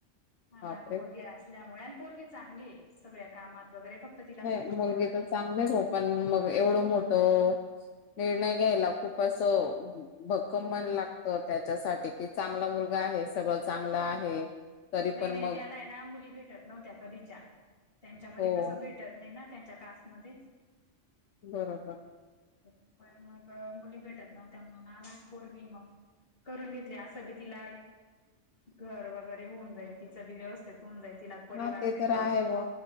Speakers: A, on the left; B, on the left.
A: हा
B: बापरे
A: ना पोरगी असल्यामुळे आणि पोरगी चांगली आहे सगळ्या कामात वगैरे फक्त तिला
B: नाही
A: स्पीच
B: मुलगी
A: प्रॉब्लेम
B: तर चांगलेच हो पण मग एवढं मोठं निर्णय घ्यायला खूप असं भक्कम मन
A: ना हो
B: लागत
A: ना
B: त्याच्यासाठी कि चांगला मुलगा आहे सगळं चांगलं आहे. तरी
A: नाही
B: पण
A: नाही
B: मग
A: त्याला आहे ना मुली भेटत नव्हत्या कधीच्या त्यांच्यामध्ये
B: हो
A: कसं भेट भेटत नाही ना त्यांच्या कास्टमध्ये
B: बरोबर.
A: त्याच्यामुळे मग मुली भेटत नो होत्या म्हणून अनाथ पोरगी म करून घेतली असं बी तिला घर वगैरे होऊन जाईल तिच भी व्यवस्थित होऊन जाईल तिला परिवार
B: हा ते
A: भेटेल.
B: तर आहे ब